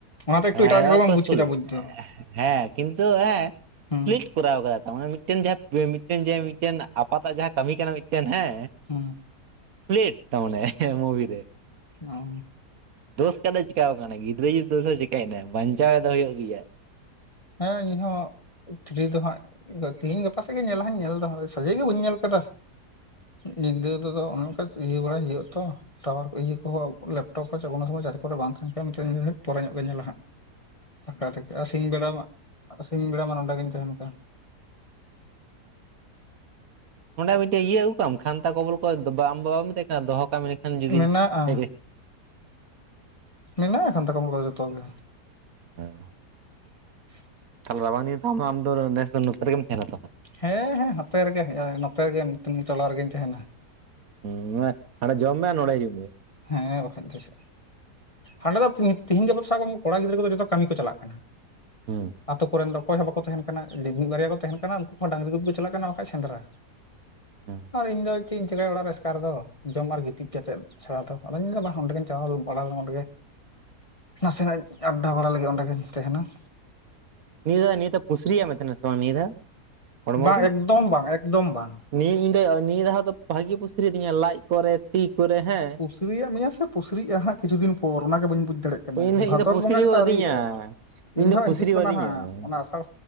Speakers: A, on the left; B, on the right.
A: ᱚᱱᱟᱛᱮ ᱮᱠᱴᱩ
B: ᱦᱮ
A: ᱮᱴᱟᱜ
B: ᱨᱮᱠᱚ
A: ᱧᱚᱜ ᱵᱟᱢ ᱵᱩᱡ
B: ᱥᱩᱞᱮᱴ
A: ᱠᱮᱫᱟ ᱵᱩᱡ ᱫᱚ
B: ᱦᱮ ᱠᱤᱱᱛᱩ ᱦᱮ
A: ᱦᱩᱸ
B: ᱥᱩᱞ ᱠᱚᱨᱟᱣ ᱠᱟᱫᱟ ᱛᱟᱱᱮ ᱢᱤᱫᱴᱮᱱ ᱡᱟᱦᱟᱸ ᱢᱤᱫᱴᱮᱱ ᱢᱤᱫᱴᱮᱱ ᱟᱯᱟᱛᱟᱜ ᱡᱟᱦᱟᱸ ᱠᱟᱹᱢᱤ ᱠᱟᱱᱟ ᱢᱤᱫᱴᱮᱱ ᱦᱮ
A: ᱦᱮᱸ
B: ᱥᱩᱞᱮᱴ ᱛᱟ ᱢᱟᱱᱮ ᱢᱩᱵᱷᱤ ᱨᱮ
A: ᱚ
B: ᱫᱳᱥ ᱠᱟᱛᱮ ᱪᱮᱤᱠᱣ ᱟᱠᱟᱱᱟᱭ ᱜᱤᱫᱽᱨᱟᱹ ᱡᱩᱫᱤ ᱫᱳᱥ ᱮ ᱪᱮᱠᱟᱹᱭᱮᱱᱟᱭ ᱵᱟᱧᱪᱟᱣ ᱮ ᱫᱚ ᱦᱩᱭᱩᱜ ᱜᱮᱭᱟ
A: ᱦᱮ ᱤᱧ ᱦᱚ ᱛᱷᱨᱤ ᱫᱚ ᱦᱟᱜ ᱛᱤᱦᱤᱧ ᱜᱟᱯᱟ ᱥᱮᱫ ᱜᱮ ᱧᱮᱞᱟ ᱦᱟᱜ ᱧᱮᱞ ᱫᱚ ᱦᱟᱜ ᱥᱟᱡᱮ ᱜᱮ ᱵᱟᱹᱧ ᱧᱮᱞ ᱠᱟᱫᱟ ᱟᱠᱟᱫᱟ ᱧᱤᱫᱟᱹ ᱛᱮᱫᱚ ᱚᱱᱮ ᱚᱱᱠᱟ ᱤᱭᱟᱹ ᱵᱟᱲᱟᱭ ᱦᱩᱭᱩᱜ ᱟᱛᱚ ᱴᱟᱣᱟᱨ ᱠᱚ ᱤᱭᱟᱹ ᱠᱚᱦᱚ ᱞᱮᱯᱴᱚᱵ ᱠᱚ <unintelligible> ᱥᱚᱢᱚᱭ ᱪᱟᱨᱡ ᱠᱚᱨᱮ ᱵᱟᱝ ᱛᱟᱦᱮᱱ ᱠᱷᱟᱱᱮ ᱯᱚᱨᱮ ᱜᱮ ᱧᱮᱞᱮ ᱦᱟᱜ ᱯᱷᱟᱠᱟ ᱛᱮᱠᱮ ᱟᱨ ᱥᱤᱧ ᱵᱮᱲᱟ ᱢᱟ ᱥᱤᱝ ᱵᱮᱲᱟ ᱢᱟ ᱱᱚᱰᱮ ᱜᱤᱧ ᱛᱟᱦᱮᱱ ᱠᱟᱱ
B: ᱚᱸᱰᱮ ᱢᱤᱫᱴᱮᱡ ᱤᱭᱟᱹ ᱟᱹᱜᱩ ᱠᱟᱢ ᱠᱷᱟᱱᱛᱟ ᱠᱚᱵᱚᱞ ᱠᱚ ᱵᱟ ᱟᱢ ᱵᱟᱢ ᱢᱮᱛᱟᱭ ᱠᱟᱱᱟ ᱫᱚᱦᱚ ᱠᱟᱜ-ᱟᱢ ᱟᱱ ᱡᱩᱫᱤ
A: ᱢᱮᱱᱟᱜᱼᱟ
B: ᱦᱮᱜ ᱦᱮ
A: ᱢᱮᱱᱟᱜ-ᱟ ᱠᱟᱱᱛᱷᱟ ᱠᱚᱢᱵᱟᱞ ᱠᱚ ᱡᱚᱛᱚ ᱜᱮ
B: <unintelligible>
A: <unintelligible>
B: ᱛᱟᱦᱮ ᱨᱟᱵᱟᱝ ᱱᱤᱛ ᱫᱚ ᱟᱢᱫᱚ ᱱᱮᱥ ᱫᱚ ᱱᱚᱛᱮ ᱨᱮᱜᱮᱢ ᱛᱟᱦᱮᱱᱟ ᱛᱚ
A: ᱦᱮ ᱦᱮ ᱱᱚᱛᱮ ᱨᱮᱜᱮ ᱦᱮᱡ-ᱟ ᱱᱚᱛᱮ ᱨᱮᱜᱮ ᱛᱤᱭᱟ ᱴᱚᱞᱟ ᱨᱮᱜᱮᱧ ᱛᱟᱦᱮᱱᱟ
B: ᱦᱩ ᱦᱟᱸᱰᱮ ᱡᱚᱢ ᱢᱮ ᱱᱚᱸᱰᱮ ᱦᱤᱡᱩᱜ ᱢᱮ
A: ᱦᱮ ᱵᱟᱠᱷᱟᱱ ᱫᱚ ᱪᱮᱫ ᱟᱞᱮᱫᱚ ᱫᱚ ᱛᱤᱦᱤᱧ ᱜᱟᱯᱟ ᱥᱟᱵ ᱠᱚᱲᱟ ᱜᱤᱫᱽᱨᱟᱹ ᱫᱚ ᱡᱚᱛᱚ ᱠᱟᱹᱢᱤ ᱠᱚ ᱪᱟᱞᱟᱜ ᱠᱟᱱᱟ
B: ᱦᱩᱸ
A: ᱟᱛᱳ ᱠᱚᱨᱮᱱ ᱫᱚ ᱚᱠᱚᱭ ᱦᱚ ᱵᱟᱠᱚ ᱛᱟᱦᱮᱱ ᱠᱟᱱᱟ ᱢᱤᱫ ᱵᱟᱨᱭᱟ ᱠᱚ ᱛᱟᱦᱮᱱ ᱠᱟᱱᱟ ᱩᱱᱠᱩ ᱦᱚ ᱰᱟᱝᱨᱤ ᱠᱚᱜᱮ ᱠᱚ ᱪᱟᱞᱟᱜ ᱠᱟᱱᱟ ᱵᱟᱠᱷᱟᱡ ᱥᱮᱸᱫᱽᱨᱟ
B: ᱦᱩᱸ
A: ᱟᱨ ᱤᱧᱫᱚ ᱪᱮᱫ ᱤᱧ ᱪᱤᱠᱟᱹᱭᱟ ᱚᱲᱟᱜ ᱨᱮ ᱮᱥᱠᱟᱨ ᱨᱮᱫᱚ ᱡᱚᱢ ᱟᱨ ᱜᱤᱛᱤᱡ ᱠᱟᱛᱮᱫ ᱪᱷᱟᱲᱟ ᱫᱚ ᱚᱫᱚᱧ ᱢᱮᱱᱫᱟ ᱵᱟᱝ ᱚᱰᱮᱜᱤᱧ ᱪᱟᱞᱟᱣ ᱵᱟᱲᱟ ᱞᱮ ᱚᱸᱰᱮ ᱜᱮ ᱱᱟᱥᱮᱱᱟᱜ ᱟᱰᱰᱟ ᱵᱟᱲᱟ ᱞᱟᱹᱜᱤᱫ ᱚᱸᱰᱮᱜᱤᱧ ᱛᱟᱦᱮᱱᱟ᱾
B: ᱱᱤᱭᱟᱹ ᱫᱷᱟᱣ ᱫᱚ ᱯᱩᱥᱨᱤᱭᱟ ᱢᱮ ᱛᱟᱦᱮᱱᱟ ᱵᱟᱝ ᱱᱤᱭᱟᱹ ᱫᱷᱟᱣ ᱦᱚᱲᱢᱚ
A: ᱵᱟᱝ
B: ᱨᱮ
A: ᱮᱠᱫᱚᱢ ᱵᱟᱝ ᱮᱠᱫᱚᱢ ᱵᱟᱝ
B: ᱱᱤᱭᱟᱹ ᱤᱧ ᱫᱚ ᱱᱤᱭᱟᱹ ᱫᱷᱟᱣ ᱫᱚ ᱵᱷᱟᱜᱤ ᱯᱩᱥᱤᱨᱤᱫᱤᱧᱟ ᱞᱟᱡ ᱠᱚᱨᱮ ᱛᱤ ᱠᱚᱨᱮ ᱦᱮᱸ
A: ᱯᱩᱥᱤᱨᱤᱭᱟᱜ ᱢᱮᱭᱟ ᱥᱮ ᱯᱩᱥᱤᱨᱤᱭᱟᱜ ᱦᱟᱜ ᱠᱤᱪᱷᱩ ᱫᱤᱱ ᱯᱚᱨ ᱚᱱᱟ ᱜᱮ ᱵᱟᱹᱧ ᱵᱩᱡᱽ ᱫᱟᱲᱮ
B: ᱤᱧ ᱫᱚ
A: ᱵᱷᱟᱫᱚᱨ
B: ᱤᱧ ᱫᱚ ᱯᱩᱥᱨᱤᱣ
A: ᱵᱚᱸᱜᱟ ᱜᱮᱛᱚ
B: ᱟᱹᱫᱤᱧᱟ
A: ᱟᱹᱣᱨᱤᱭᱮᱫ-ᱟ ᱤᱧ ᱦᱚ
B: ᱫᱚ ᱯᱩᱥᱨᱤᱣ
A: ᱦᱤᱡᱩᱜ ᱠᱟᱱᱟ
B: ᱟᱹᱫᱤᱧᱟ
A: ᱦᱟᱜ ᱚᱱᱟ ᱟᱥᱟᱲ